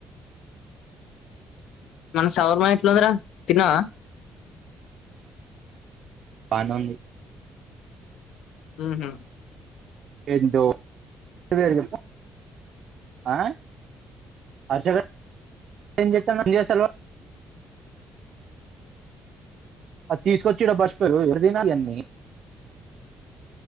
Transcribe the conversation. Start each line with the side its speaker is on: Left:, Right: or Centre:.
Left: మన సౌరమ ఎట్లుందిరా తిన్నవా
Right: బానేఉంది
Left: మ్మహ్
Right: ఎంతో <unintelligible> చెప్పు, ఆ హర్ష గాడ్ ఏం చెత్తండ్, ఏం జెసల్ వాల్ ఆ తీసుకొచ్చి ఇడ బస్ <unintelligible> ఎన్ని